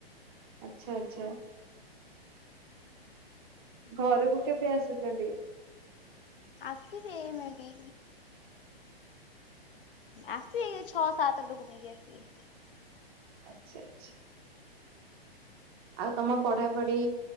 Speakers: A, on the right (about 25°); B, on the left (about 60°).
A: ଆଚ୍ଛା ଆଚ୍ଛା। ଘରକୁ କେବେ ଆସୁଛନ୍ତି?
B: ଆସିବେ ମେ ବି ଆସିବେ ଛଅ ସାତ ଲୋକ <unintelligible>
A: ଆଚ୍ଛା ଆଚ୍ଛା। ଆଉ ତମ ପଢ଼ାପଢ଼ି